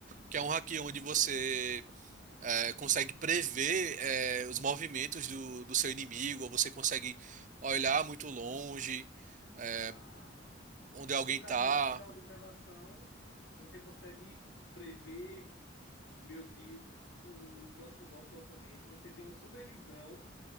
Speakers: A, on the right (about 40°); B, on the left (about 75°).
A: que é um haki onde você é, consegue prever é, os movimentos do, do seu inimigo, ou você consegue olhar muito longe, é,
B: Ah,
A: onde alguém
B: no caso,
A: tá.
B: o haki da observação, você consegue prever meio que o próximo golpe do oponente. Você tem uma supervisão